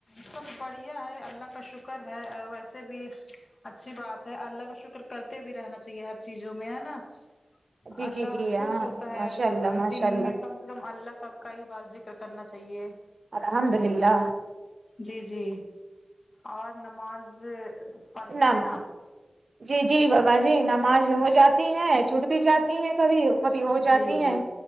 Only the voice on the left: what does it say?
سب بڑھیا ہے اللہ کا شکر ہے ویسے بھی اچھی بات ہے اللہ کا شکر کرتے بھی رہنا چاہیے ہر چیزوں میں ہے نا
اللہ
خوش
ہوتا ہے
ال
دن
میں کم کم اللہ کا کئی بار ذکر کرنا چاہیے
جی جی اور نماز پڑھتے
ہیں آپ
جی جی